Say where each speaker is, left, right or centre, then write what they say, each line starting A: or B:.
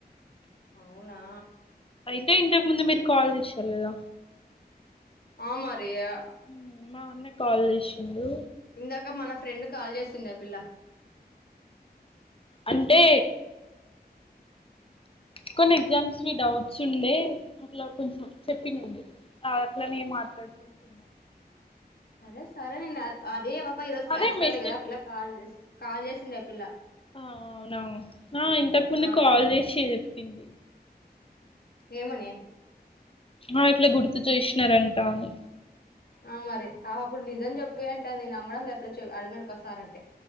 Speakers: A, on the left; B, on the left.
A: అవునా
B: అయితే ఇంతకు ముందు మీరు కాల్ చేసారు కదా
A: ఆ మ రియా
B: మ్మ్, మా అన్న కాల్ చేసిండు
A: ఇందాక మన ఫ్రెండ్ కాల్ చేసిండే పిల్ల
B: అంటే కొన్ని ఎగ్జామ్స్ కి డౌట్స్ ఉండే అట్లా కొంచెం చెప్పిందండి అ అట్లనేే మాట్లాడుకుంటున్నాం
A: సరే సరే నేన్ల అదే పాప ఈ రోజు క్లాస్
B: అదే
A: కి
B: మెసేజ్
A: రాలే కదా ఆ పిల్ల కాల్ చేసి కాల్ చేసిండే ఆ పిల్ల
B: అవునా ఆ ఇంతకు ముందు
A: ఆ
B: కాల్
A: అమ్మా
B: చేసి చెప్పింది
A: ఏమని
B: ఆ ఇట్లా గుర్తు చేసినరంటా అని
A: ఆ మరి అ అప్పుడు నిజం చెప్పేయి అంటే నేను అమ్మడం లేపట్లా చె పా సార్ అంటే